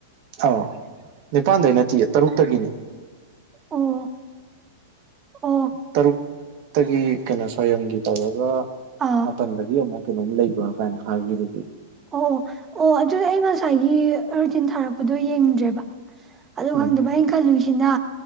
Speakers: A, on the right (about 50°); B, on the right (about 20°).
A: ꯑꯧ ꯅꯤꯄꯥꯟꯗꯩ ꯅꯠꯇꯤꯌꯦ ꯇꯔꯨꯛꯇꯒꯤꯅꯦ
B: ꯑꯣ ꯑꯣ
A: ꯇꯔꯨꯛꯇꯒꯤ ꯀꯩꯅꯣ ꯁ꯭ꯋꯥꯌꯝꯒꯤ ꯇꯧꯔꯒ
B: ꯑꯥ
A: ꯃꯥꯄꯟꯗꯒꯤ ꯑꯃꯨꯛ ꯀꯩꯅꯣꯝ ꯂꯩꯕ ꯀꯥꯏꯅ ꯍꯥꯏꯈꯤꯗꯨꯗꯤ
B: ꯑꯣ ꯑꯣ ꯑꯗꯨ ꯑꯗꯨ ꯑꯩ ꯉꯁꯥꯏꯒꯤ ꯔꯨꯇꯤꯟ ꯊꯥꯔꯛꯄꯗꯣ ꯌꯦꯡꯗ꯭ꯔꯦꯕ ꯑꯗꯨ
A: ꯎꯝ
B: ꯈꯪꯗꯦꯕ ꯑꯩꯅ ꯈꯜꯂꯨꯏꯁꯤ ꯁꯤꯅ